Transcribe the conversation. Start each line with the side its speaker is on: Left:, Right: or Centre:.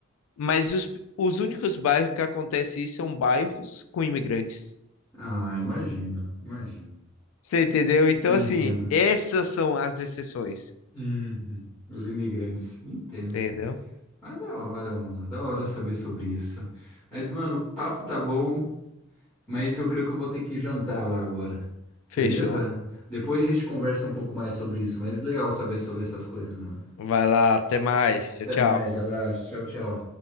Left: Mas os, os únicos bairros que acontece isso são bairros com imigrantes.
Centre: Ah, imagino, imagino.
Left: Você entendeu? Então,
Centre: Entendo.
Left: assim, essas são as exceções.
Centre: Uhum. Os imigrantes, entendo.
Left: Entendeu?
Centre: Mas da hora, mano, da hora saber sobre isso. Mas, mano, o papo tá bom. Mas eu creio que eu vou ter que jantar lá agora. Firmeza?
Left: Fechou.
Centre: Depois a gente conversa um pouco mais sobre isso, mas legal saber sobre essas coisas, mano.
Left: Vai lá, até mais. Tchau,
Centre: Até
Left: tchau.
Centre: mais, abraço, tchau, tchau.